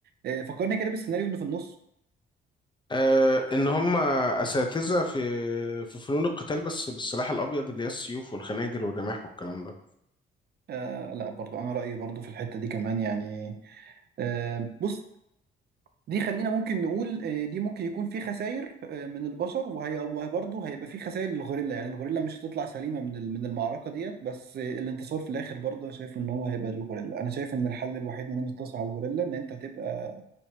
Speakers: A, on the right; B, on the left.
A: آه، فكرني كده بالسيناريو اللي في النص
B: آه ان هم اساتذه في في فنون القتال بس بالسلاح الابيض اللي هي السيوف والخناجر والرماح والكلام
A: آه لا برضو انا رايي برضو في الحته دي كمان يعني آه بص دي خلينا ممكن نقول آه دي ممكن يكون في خسائر آه من البشر وهي وبرضه هيبقى في خسائر للغوريلا يعني الغوريلا مش هتطلع سليمه من ال- من المعركه ديت بس آه الانتصار في الاخر برضه انا شايف ان هو هيبقى للغوريلا انا شايف ان الحل الوحيد ان انا انتصر على الغوريلا ان انت تبقى